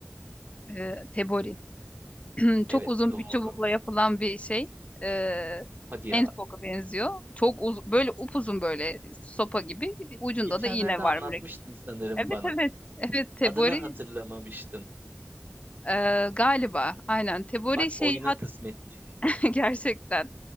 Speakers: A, on the left (about 30°); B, on the right (about 45°).
A: e, Tebori. <clears throat> Çok
B: Evet
A: uzun
B: doğru.
A: bir çubukla yapılan bir şey. Ee,
B: Hadi
A: handpoke'a
B: ya.
A: benziyor. Çok uz, böyle upuzun böyle sopa gibi. Ucunda
B: Geçenlerde
A: da iğne var
B: anlatmıştın
A: mürekkep.
B: sanırım
A: Evet
B: bana.
A: evet. Evet tebori
B: Adını hatırlamamıştın.
A: e, galiba. Aynen tebori
B: Bak
A: şey
B: oyuna
A: hat
B: kısmetmiş işte.
A: <laughs> gerçekten.